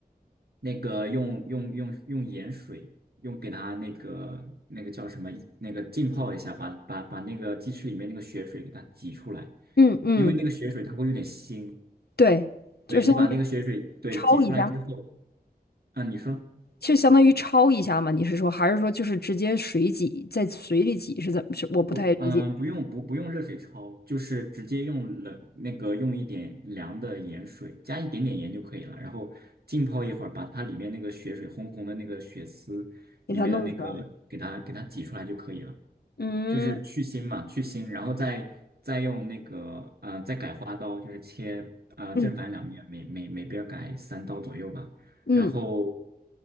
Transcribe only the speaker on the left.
嗯嗯，
对，
就相当于
焯一下，
就相当于焯一下嘛。你是说，还是说就是直接水挤，在水里挤是怎么？是我不太理解，
给它弄出来。嗯
嗯
嗯，